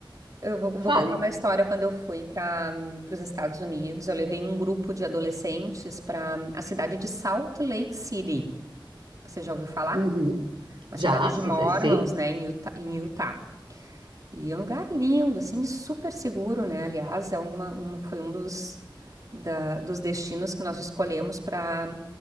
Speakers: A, on the right; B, on the right.
A: Eu vou, vou
B: Fale.
A: contar uma história quando eu fui para os Estados Unidos. Eu levei um grupo de adolescentes para a cidade de Salt Lake City. Você já ouviu falar?
B: Uhum.
A: Uma
B: Já?
A: cidade de
B: Sim,
A: Mormons,
B: sim,
A: né, em Utah, em Utah. E é um lugar lindo, assim, e super seguro, né? Aliás, é uma, um- foi um dos, da- dos destinos que nós escolhemos para